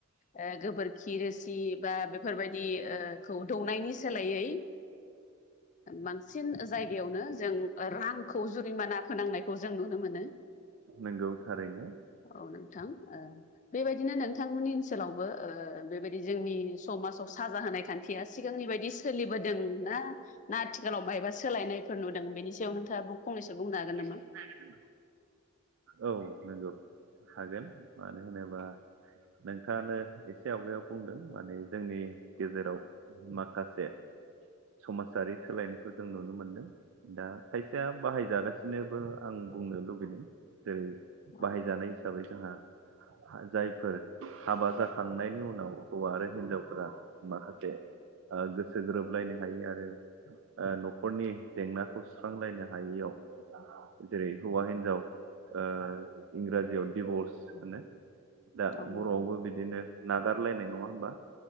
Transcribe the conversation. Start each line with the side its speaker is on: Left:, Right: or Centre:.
Left: ओ। गोबोरखि रोसि बा बेफोरबायदि ओ खौ दौनायनि सोलायै। ओ बांसिन ओ जायगायावनो जों ओ रांखौ जुरिमाना फोनांनायखौ जों नुनो मोनो।
Right: नंगौ थारैनो
Left: औ नोंथां ओ बेबाय नो नोंथांमोननि ओनसोलावबो ओ बेबायदि जोंनि समाजाव साजा होनाय खान्थिया सिगांनि बायदि। सोलिबोदों ना ना आथिखालाव मायबा सोलायनायफोर नुदों बेनि सायाव नोंथाङा बुक फंनैसो बुंनो हागोन
Right: ज <unintelligible>
Left: नाम
Right: औ नोंगौ हागोन मानो होनोबा नोंथाङानो एस एसे आवगायाव बुंदों माने जोंनि गेजेराव माखासे। समाजारि सोलायनायखौ जों नुनो मोनदों दा खायसेया बाहायजागासिनोबो आं। बुंनो लुबैदों जेरै
Left: औ
Right: बाहायजानाय हिसाबै जोंहा हा जाय। फोर हाबा जाखांनायनि उनाव हौवा आरो हिन्जावफोरा माखासे। ओ गोसो गोरोबलायनो हायो आरो। ओ न'खरनि जेंनाखौ सुस्रांलायनो हायैयाव जेरै हौवा हिन्जाव। ओ इंराजियाव दिभर्स होनो। दा
Left: औ
Right: बर'आवबो
Left: नोंथां
Right: बिदिनो नागारलायनाय नङा होमबा।